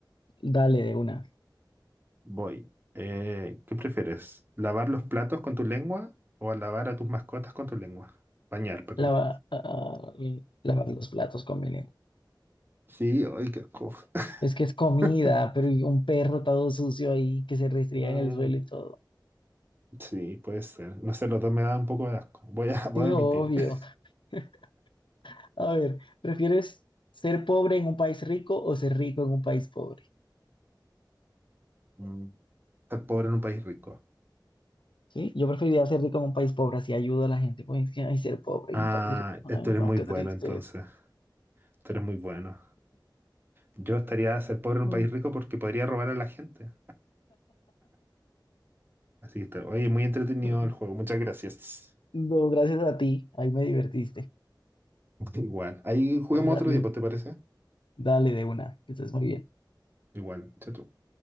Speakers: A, on the left (about 90°); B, on the right (about 25°).
A: Dale de una.
B: Voy. Eh, ¿qué prefieres? ¿Lavar los platos con tu lengua o lavar a tus mascotas con tu lengua? Bañar, perdón.
A: Lava, ah, lavar los platos con veneno.
B: Sí, ay, qué asco.
A: Es que es comida,
B: <laughs>
A: pero y un perro todo sucio ahí que se restría
B: Mm,
A: en el suelo y todo.
B: sí, puede ser. No sé, los dos me dan un poco de asco. Voy a, <laughs> voy
A: Sí,
B: a admitir.
A: obvio.
B: <laughs>
A: <laughs> A ver, ¿prefieres ser pobre en un país rico o ser rico en un país pobre?
B: Mm, Estar pobre en un país rico.
A: Sí, yo preferiría ser rico en un país pobre, así ayudo a la gente. Pues es que, ay, ser pobre
B: Ah,
A: en un país rico. Ay,
B: eh, tú eres
A: no,
B: muy
A: qué
B: bueno
A: tristeza.
B: entonces. Tú eres muy bueno. Yo estaría a ser pobre en un
A: Mm,
B: país rico porque podría robar a la gente. Así que, está- oye, muy entretenido
A: mm. mm.
B: el juego. Muchas gracias.
A: No, gracias a ti, ahí me divertiste.
B: <laughs> Igual. Ahí juguemos
A: Bueno, dale,
B: otro día, pues, ¿te parece?
A: dale de una, que estés muy bien.
B: Igual. Chao, chao.